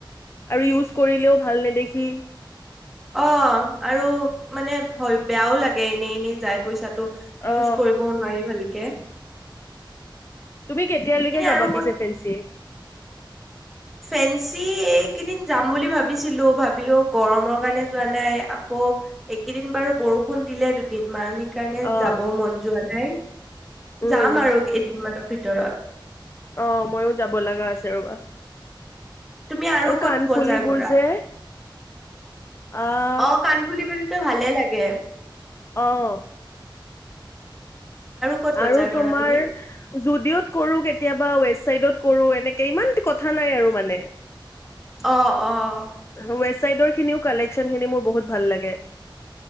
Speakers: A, on the left; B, in the centre.
A: আৰু ইউজ কৰিলেও ভাল নেদেখি <inaudible>
B: অঁ আৰু মানে বেয়াওঁ লাগে এনে এনেই যায় পইচাটো ইউজ
A: অ
B: কৰিব নোৱাৰি ভাল কে
A: তুমি কেতিয়ালৈকে যাবা
B: আৰু
A: পিছে ফেঞ্চিয়ে
B: ফেন্সি এক কেইদিন যাম বুলি ভাবিছিলো ভাবিলো গৰমৰ কাৰণে যোৱা নাই আকৌ এইকেইদিন বাৰু বৰষুণ দিলে দুদিন মান সেই কাৰণে
A: অ
B: যাব মন যোৱা নাই
A: উম
B: যাম আৰু কেইদিনমানৰ ভিতৰত ভিতৰত
A: অঁ ময়ো যাব লগা আছে ৰ'বা
B: তুমি আৰু কত
A: কাণফুলিবোৰ
B: বজাৰ কৰা
A: যে আহ
B: অঁ কাণফুলি পো ভালে লাগে
A: অঁ
B: ক'ত বজাৰ
A: আৰু
B: কৰা
A: তোমাৰ
B: তুমি?
A: যোদিঅত কৰো কেতিয়াবা ৱেবচাইটত কৰো এনে <unintelligible> কথা নাই আৰু মানে।
B: অ, অ।
A: ৱেষ্টচাইদৰ খিনিও কালেকচন খিনি মোৰ বহুত ভাল লাগে।